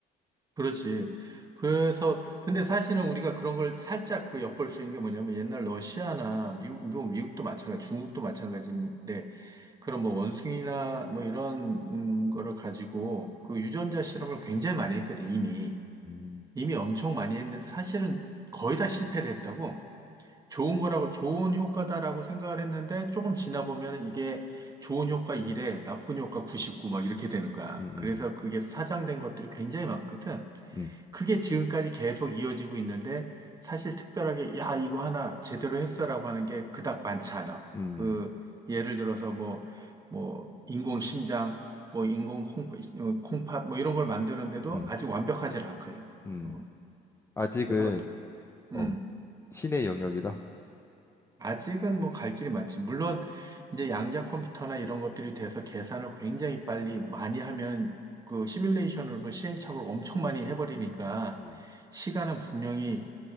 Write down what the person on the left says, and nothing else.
음,
음, 음,
음,
음,
음, 음.
음.
아직은
어
신의 영역이다.
음,